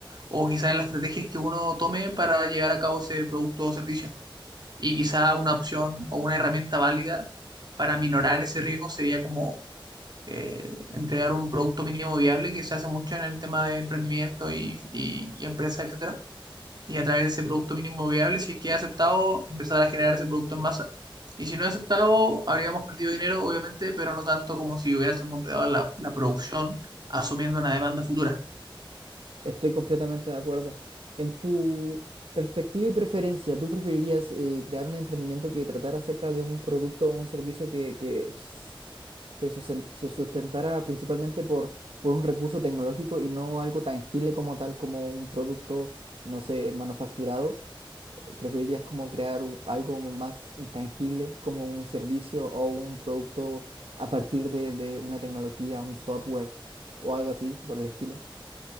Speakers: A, on the right; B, on the right.
A: o quizás en las estrategias que uno tome para llevar a cabo ese producto o servicio. Y quizá una opción o una herramienta válida para minorar ese riesgo sería como eh, entregar un producto mínimo viable que se hace mucho en el tema de emprendimiento y, y, y empresas, etcétera. Y a través de ese producto mínimo viable, si es que es aceptado, empezar a generar ese producto en masa. Y si no es aceptado, habríamos perdido dinero, obviamente, pero no tanto como si hubiésemos empezado la, la producción asumiendo una demanda futura.
B: Estoy completamente de acuerdo. En tu perspectiva y preferencia, ¿tú preferirías eh, crear un emprendimiento que tratara acerca de un producto o un servicio que, que s- se susen- se sustentara principalmente por, por un recurso tecnológico y no algo tangible como tal, como un producto, no sé, manufacturado? ¿Preferirías como crear un- algo más intangible, como un servicio o un producto a partir de, de una tecnología, un software o algo así por el estilo?